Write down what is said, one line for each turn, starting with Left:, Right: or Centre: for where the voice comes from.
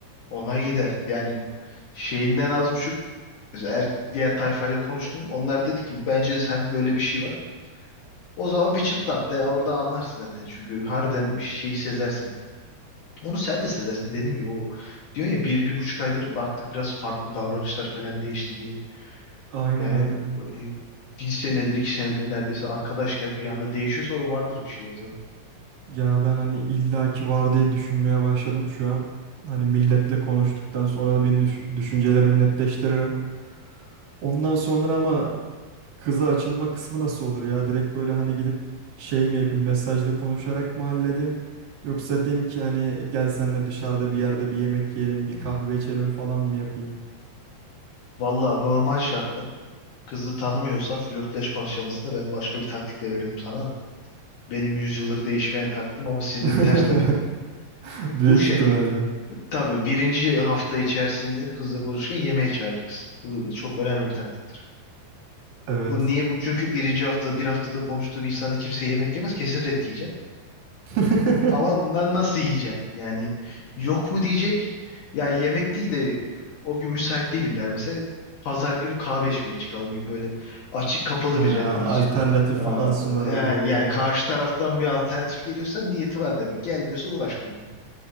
Left: Ona gider. Yani şeyinden az buçuk mesela er, diğer tayfayla konuştun. Onlar dedi ki bence sen böyle bir şey var. O zaman bir çıtlat de orada anlarsın zaten. Çünkü harbiden bir şeyi sezersin. Onu sen de sezersin dediğim gibi o diyorsun ya bir, bir buçuk aydır artık biraz farklı davranışlar falan değişti diye.
Right: Aynen
Left: Yani
Right: aynen.
Left: e, bir senedir iki senedir neredeyse arkadaşken bir anda değişiyorsa o vardır bir şey ortada.
Right: Ya ben hani illaki var diye düşünmeye başladım şu an. Hani milletle konuştuktan sonra da bir nüş- düşüncelerimi netleştiririm. Ondan sonra ama kıza açılma kısmı nasıl olur ya? Direkt böyle hani gidip şey mi yapayım mesajla konuşarak mı halledeyim? Yoksa diyeyim ki hani gel senle dışarıda bir yerde bir yemek yiyelim, bir
Left: Hı.
Right: kahve içelim falan mı yapayım?
Left: Valla normal şartta kızı tanımıyorsan flörtleşme aşamasında ben başka bir taktik de verirdim sana da. Benim yüzyıldır değişmeyen taktiğim ama sizde
Right: <laughs>
Left: ters teper bu.
Right: Büyük
Left: Bu şey
Right: ihtimalle.
Left: tabii birinci hafta içerisinde kızla konuşurken yemeğe çağıracaksın. Bu çok önemli bir taktik.
Right: Evet.
Left: Bu niye bu? Çünkü birinci hafta bir haftada konuştuğum insanda kimse yemek yemez kesin ret yiyeceksin.
Right: <laughs>
Left: Ama na- nasıl yiyeceksin? Yani yok mu diyecek? Ya yemek değil de o gün müsait değilim der mesela. Pazar günü kahve içmeye çıkalım gibi böyle açık kapalı
Right: He, alternatif
Left: bir ret mi yiyeceksin? Aa,
Right: falan sunabilir
Left: yani,
Right: yani.
Left: yani karşı taraftan bir alternatif geliyorsa niyeti var demek. Gelmiyorsa uğraşma demek.